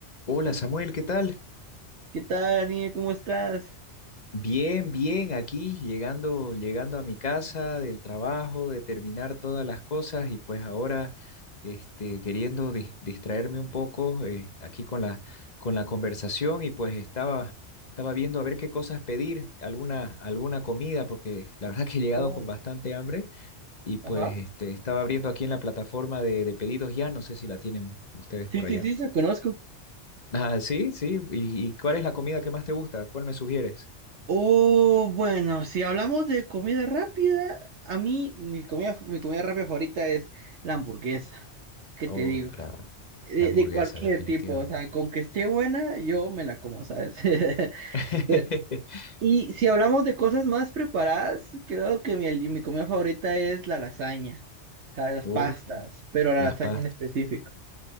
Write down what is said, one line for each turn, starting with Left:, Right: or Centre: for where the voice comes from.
Left: Hola Samuel, ¿qué tal?
Right: ¿Qué tal, Daniel? ¿Cómo estás?
Left: Bien, bien, aquí llegando, llegando a mi casa del trabajo, de terminar todas las cosas y pues ahora este, queriendo dis- distraerme un poco eh, aquí con la, con la conversación y pues estaba, estaba viendo a ver qué cosas pedir, alguna, alguna comida, porque la verdad que he llegado
Right: Oh,
Left: con bastante hambre y pues
Right: ajá.
Left: este, estaba abriendo aquí en la plataforma de, de pedidos ya, no sé si la tienen ustedes
Right: Sí,
Left: por allá.
Right: sí, sí, la conozco.
Left: Ah, sí, sí. ¿Y, y cuál es la comida que más te gusta? ¿Cuál me sugieres?
Right: Oh, bueno, si hablamos de comida rápida, a mí mi comida, mi comida rápida favorita es la hamburguesa. ¿Qué
Left: Oh,
Right: te digo?
Left: claro,
Right: De,
Left: la hamburguesa,
Right: de cualquier
Left: definitivamente.
Right: tipo, o sea, con que esté buena, yo me la como, ¿sabes? <laughs>
Left: <laughs>
Right: Pero- y si hablamos de cosas más preparadas, creo que mi, ali- mi comida favorita es la lasaña, o sea, las
Left: Oh,
Right: pastas, pero la
Left: las
Right: lasaña
Left: pastas.
Right: en específico.